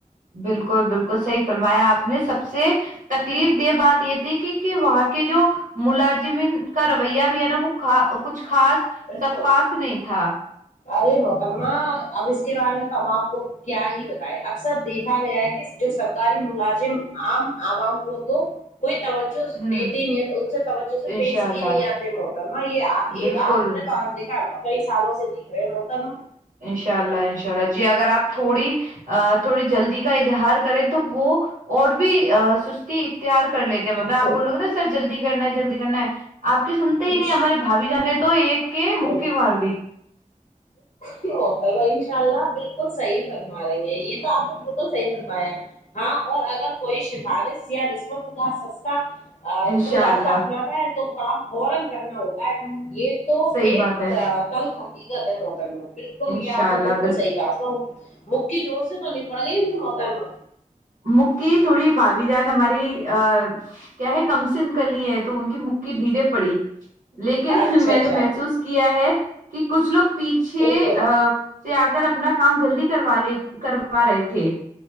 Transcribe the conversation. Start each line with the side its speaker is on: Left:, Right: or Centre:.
Right: بالکل بالکل صحیح فرمایا آپ نے سب سے تکلیف دہ بات یہ تھی کہ کہ وہاں کے جو ملازمین کا رویہ بھی ہے نا وہ کچھ خاص
Left: بالکل
Right: شفاق نہیں تھا
Left: ارے محترما اب اس کے بارے میں تو ہم آپ کو کیا ہی بتائے اکثر دیکھا گیا ہے کہ جو سرکاری ملازم عام عوام کو تو کوئی توجہ
Right: ہوں
Left: دیتی نہیں ہے ان سے توجہ سے
Right: انشاء
Left: پیش ہی
Right: اللہ
Left: نہیں آتے محترما یہ
Right: بالکل
Left: آپ نے تو دیکھا ہم تو کئی سالوں سے دیکھ رہے محترمہ
Right: انشاء اللہ انشاء اللہ جی اگر آپ تھوڑی ا تھوڑی جلدی کا اظہار کرے تو وہ اور بھی سستی تیار کر لیتے ہیں
Left: بالکل
Right: مطلب آپ بولو گے نا سر جلدی کرنا ہے جلدی کرنا ہے آپ کے سنتے
Left: عش
Right: ہی نہیں ہماراری بھابھی جان نے تو ایک کے
Left: بالکل
Right: می مار دی
Left: ہو انشاءاللہ بالکل صحیح فرما رہی ہیں یہ تو آپ نے بالکل صحیح فرمایا ہاں اور اگر کوئی سفارش یا رشوت کا سستا
Right: انشاء
Left: کوئی راستہ
Right: اللہ
Left: اپناتا ہے تو کام فورا کرنا ہوگ
Right: صحیح
Left: یہ تو ایک
Right: بات ہے
Left: کل حقیقت ہے محتر میں بالکل
Right: انشاء
Left: یہ آپ
Right: اللہ
Left: نے بالکل صحیح کہا تو مک کی جور سے تو نہیں پڑیں گی ان محترما
Right: مکی تھوڑی بھابھی جان ہماری ا کیا ہے کم سین کلی ہیں تو ان کی مک کی ڈھیرے پڑی لیکن
Left: اچھا
Right: میں
Left: اچھا
Right: نے محسوس کیا ہے کہ کچھ لوگ پیچھے
Left: بالکل
Right: ا سے آ کر اپنا کام جلدی کروا لے کروا رہے تھے